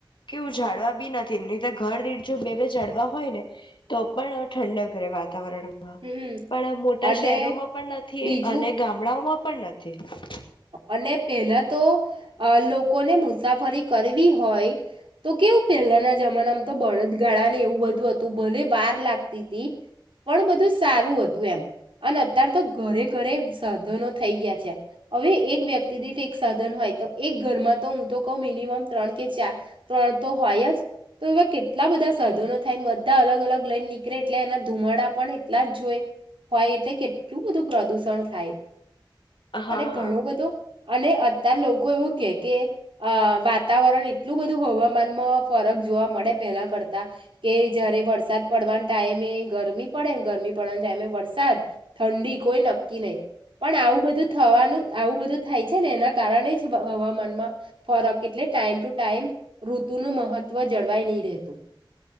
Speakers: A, on the left; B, on the right.
A: કેવું જાડવા બી નથી તો ઘર દી જો બે બે જાડવા હોય ને તો પણ ઠંડક રહેવા વાતાવરણમાં
B: હમ
A: પણ મોટા
B: અને
A: શહેરોમાં પણ નથી
B: બીજું
A: અને ગામડાઓમાં. પણ નથી. <inaudible>
B: અને પેલા તો લોકોને મુસાફરી કરવી હોય તો કેવું પહેલાના જમાનામાં તો બળદગાળા ને એવું બધું હતું ભલે વાર લાગતી હતી પણ બધું સારું હતું એમ અને અત્યાર તો ઘરે ઘરે સાધનો થઈ ગયા છે. હવે એક વ્યક્તિ દીઠ એક સાધન હોય તો એક ઘરમાં તો હું તો કહુ મિનિમમ ત્રણ કે ચાર ત્રણ તો હોય જ તો એવા કેટલા બધા સાધનો થાય બધા અલગ અલગ લઈને નીકળે એટલે એના ધુમાડા પણ એટલા જ જોય હોય એટલે કેટલું બધું પ્રદૂષણ થાય.
A: હા
B: અને ઘણો બધો. અને અત્યાર લોકો એવું કે કે અ વાતાવરણ એટલું બધું હવામાનમાં ફરક જોવા મળે પહેલા કરતા કે જયારે વરસાદ પડવાના ટાઈમે ગરમી પડે ગરમી પડવાના ટાઈમે વરસાદ ઠંડી કોઈ નક્કી નહી પણ આવું બધું. થવાનું આવું બધું થાય છે ને એના કારણે જ હવામાનમાં ફરક એટલે ટાઈમ ટુ ટાઈમ ઋતુનું મહત્વ જળવાય નહી રહેતું.